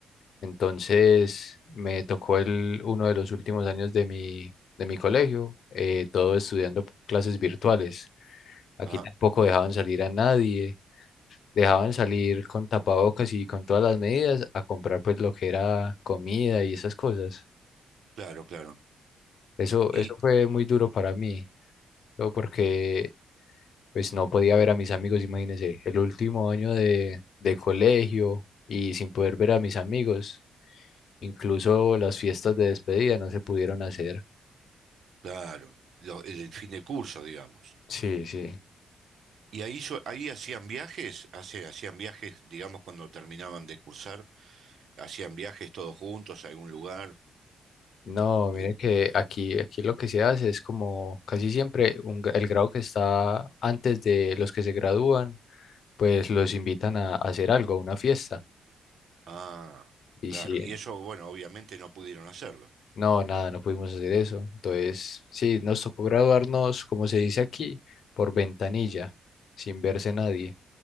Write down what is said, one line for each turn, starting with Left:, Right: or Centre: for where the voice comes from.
Left: Entonces me tocó el, uno de los últimos años de mi, de mi colegio, eh, todo estudiando clases virtuales. Aquí
Right: ah,
Left: tampoco dejaban salir a nadie, dejaban salir con tapabocas y con todas las medidas a comprar pues lo que era comida y esas cosas.
Right: claro, claro.
Left: Eso,
Right: Y
Left: eso fue muy duro para mí, todo porque pues no podía ver a mis amigos, imagínense, el último año de, de colegio y sin poder ver a mis amigos, incluso las fiestas de despedida no se pudieron hacer.
Right: claro, lo- el, fin de curso, digamos.
Left: Sí, sí.
Right: Y ahí, yo- ahí hacían viajes, hace- hacían viajes, digamos, cuando terminaban de cursar, hacían viajes todos juntos a algún lugar
Left: No, mire
Right: eh,
Left: que aquí, aquí lo que se hace es como casi siempre un gra- el grado que está antes de los que se gradúan, pues los invitan a, a hacer algo, a una fiesta.
Right: Ah,
Left: Y
Right: claro.
Left: sí,
Right: Y eso, bueno, obviamente no pudieron hacerlo.
Left: no, nada, no pudimos hacer eso. Entonces, sí, nos tocó graduarnos, como se dice aquí, por ventanilla, sin verse nadie.